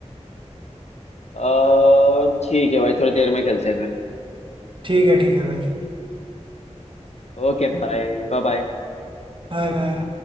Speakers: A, on the left; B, on the right.
A: अ, ठीक है भाई थोड़ी देर में खेलते हैं फिर
B: ठीक है ठीक है भाई
A: ओके भाई बाय बाय
B: Bye bye